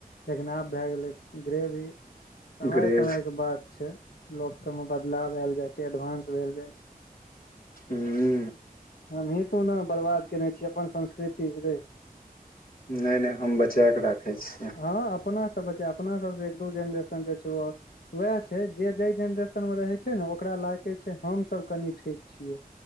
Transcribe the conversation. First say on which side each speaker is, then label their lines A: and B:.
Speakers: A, on the left; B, on the left.
A: लेकिन आब भै गेलै ग्रेवी समय
B: ग्रेवी
A: समय कऽ बात छै लोक में बदलाव ऐल जाय छैय छै एडवानंस भेल जाय छै
B: <unintelligible>
A: <inaudible> हमहीँ तु न बर्बाद केने छी अपन संस्कृतिके रेै
B: नै नै हम बचै केँ राखै छियै
A: हऽ अपना सब बचै अपना सब स एक दू जेनरेशन जे छै ओ वहै छै जे जै जेनरेशन में रहैय छै न ओकरा लागै छै हम सब कनी ठीक छियै